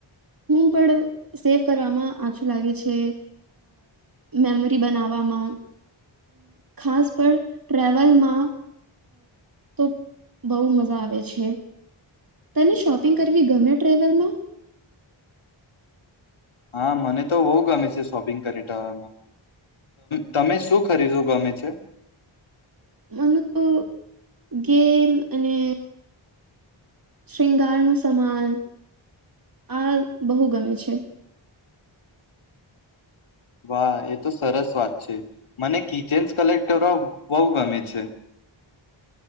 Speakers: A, on the right (about 45°); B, on the left (about 80°).
A: હું પણ સેવ કરવામાં આચું લાગે છે, મેમરી બનાવવામાં, ખાસ પણ ટ્રેવલમાં તો બહ મજ મજા આવે છે. તને શોપિંગ કરવી ગમે ટ્રેવલમાં?
B: હા મને તો બહુ ગમે છે શોપિંગ કરી દવામાં, તમે શું ખરીદું ગમે છે?
A: મને તો ગેમ અને શૃંગાર ન સમાન આ બહુ ગમે છે.
B: વાહ એ તો સરસ વાત છે, મને કિચન્સ કલેક્ટર બહ ગમે છે.